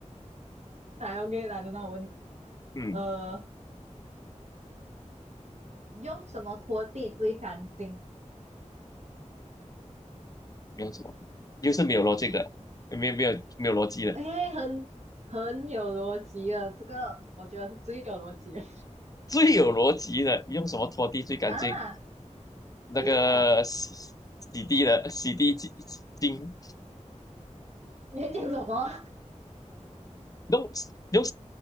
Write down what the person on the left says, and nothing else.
嗯，
没有什么，又是没有逻辑的，没有没有没有逻辑的，
最有逻辑的，用什么拖地最干净？
那个洗洗地的洗地
精
用用